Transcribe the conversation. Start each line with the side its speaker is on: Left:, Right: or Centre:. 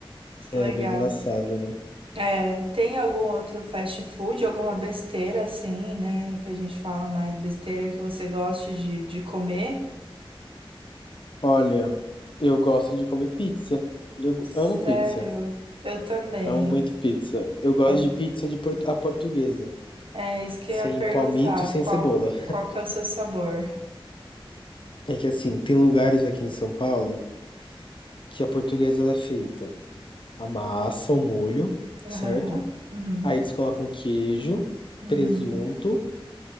Right: Que
Left: É
Right: legal.
Left: bem engraçado, né?
Right: É, tem algum outro fast food, alguma besteira assim, né? Que a gente fala mais besteira que você goste de, de comer?
Left: Olha, eu gosto de comer pizza. Eu
Right: Sério,
Left: amo pizza.
Right: eu também.
Left: Amo muito pizza. Eu gosto
Right: É,
Left: de pizza de por- a portuguesa,
Right: é isso
Left: sem
Right: que eu ia perguntar.
Left: palmito e sem
Right: Qual,
Left: cebola.
Right: qual que é o seu sabor?
Left: É que assim, tem lugares aqui em São Paulo que a portuguesa ela é feita a massa, o molho, certo?
Right: Aham, uhum,
Left: Aí eles colocam queijo,
Right: uhum,
Left: presunto,